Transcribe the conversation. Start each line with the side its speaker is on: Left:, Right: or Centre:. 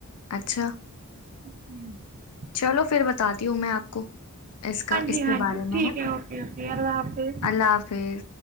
Left: اچھا
Right: <inaudible>
Left: چلو پھر بتاتی ہوں میں آپ کو اس کا
Right: ہاں
Left: اس
Right: جی
Left: کے
Right: ہاں
Left: بارے
Right: جی
Left: میں
Right: ٹھیک
Left: نا
Right: ہے اوکے اوکے اللہ حافظ
Left: اللہ حافظ